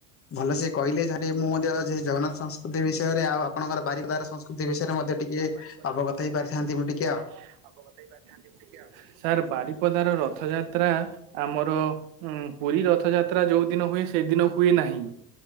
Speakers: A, on the left; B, on the right.
A: ଭଲ ସେ କହିଲେ ଯାହା ଟିକେ ମୁଁ ମଧ୍ୟ ସେ ଜଗନ୍ନାଥ ସଂସ୍କୃତି ବିଷୟରେ ଆଉ ଆପଣଙ୍କର ବାରିଦାର ସଂସ୍କୃତି ବିଷୟରେ ମଧ୍ୟ ଟିକେ
B: ବାରିପଦାର
A: ଅବଗତ
B: ସଂସ୍କୃତି
A: ହେଇପାରିଥାନ୍ତି
B: ବିଷୟରେ ମତେ
A: ମୁଁ ଟିକେ ଆଉ
B: ଟିକେ ଆ ସାର୍ ବାରିପଦାର ରଥଯାତ୍ରା ଆମର ପୁରୀ ରଥଯାତ୍ରା ଯୋଉ ଦିନ ହୁଏ ସେଦିନ ହୁଏ ନାହିଁ।